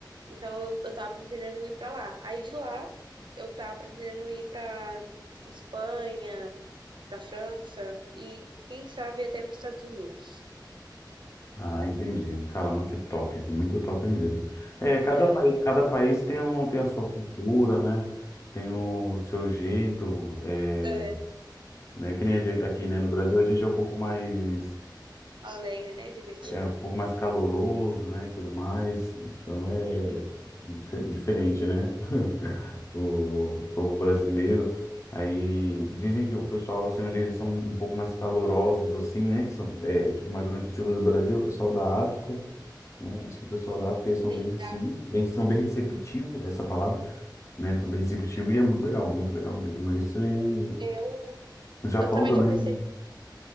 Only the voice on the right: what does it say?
então eu, eu tava pretendendo ir pra lá. Aí de lá, eu tava pretendendo ir pra Espanha, pra França e quem sabe até pros Estados Unidos.
É,
muito
é,
alegre, né, divertido.
Sim,
sim.
tá.
Eu,
eu também
já pensei,